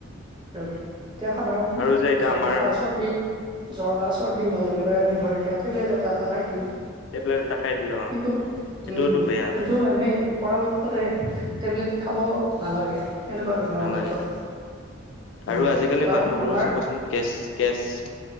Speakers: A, on the right; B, on the left.
A: <unintelligible>
B: উম
A: এতিয়া সাধাৰণ
B: আৰু যে এতিয়া
A: জ্বৰ,
B: আমাৰ
A: কাহ, চৰ্দি জ্বৰ, কাহ, চৰ্দি হোৱাৰ লগে লগে আমি ধৰ এতিয়া টেবলেট এটা এটা খাই দিওঁ।
B: টেবলেত এটা খাই দিলো অ
A: কিন্তু,
B: সেইটোতো
A: উম উম
B: বেয়া
A: কিন্তু
B: হয়
A: এনেই পৰাপক্ষত এই টেবলেট খাব নালাগে সেনেকুৱা বেমাৰৰ
B: নালাগে
A: ক্ষেত্ৰত।
B: অ
A: উম
B: আৰু আজিকালি
A: কাৰণ
B: মানুহবোৰৰ
A: আমাৰ
B: চাবচোন গছ-গেছ